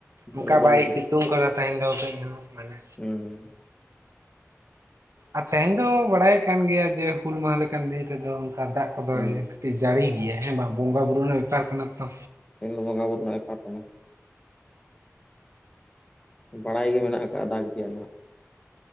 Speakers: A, on the right; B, on the left.
A: ᱚᱸᱠᱟ
B: ᱩᱱᱟᱹᱜ ᱵᱟᱝ
A: ᱵᱟᱭ ᱥᱤᱛᱩᱝ ᱠᱟᱫᱟ ᱛᱟᱦᱮᱱ ᱫᱚ ᱠᱟᱹᱡ ᱦᱚᱸ ᱢᱟᱱᱮ
B: ᱦᱩᱸ᱾
A: ᱟᱨ ᱛᱮᱦᱮᱧ ᱫᱚ ᱵᱟᱲᱟᱭ ᱠᱟᱱ ᱜᱮᱭᱟ ᱡᱮ ᱦᱩᱞ ᱢᱟᱦᱟ ᱞᱮᱠᱟᱱ ᱫᱤᱱ ᱨᱮᱫᱚ ᱚᱝᱠᱟ ᱫᱟᱜ ᱠᱚᱫᱚ
B: ᱦᱮᱸ
A: ᱠᱟᱹᱴᱤᱡ ᱡᱟᱹᱲᱤ ᱜᱮᱭᱟ ᱦᱮᱸ ᱵᱟᱝ ᱵᱚᱸᱜᱟ ᱵᱩᱨᱩ ᱨᱮᱱᱟᱜ ᱵᱮᱯᱟᱨ ᱠᱟᱱᱟ ᱛᱚ,
B: ᱮᱱᱦᱚᱸ ᱵᱚᱸᱜᱟ ᱵᱩᱨᱩ ᱨᱮᱱᱟᱜ ᱵᱮᱯᱟᱨ ᱠᱟᱱᱟ᱾ ᱫᱟᱲᱟᱭ ᱜᱮ ᱢᱮᱱᱟᱜ ᱟᱠᱟᱫᱟ ᱫᱟᱜ ᱜᱮᱭᱟ ᱱᱟᱜ,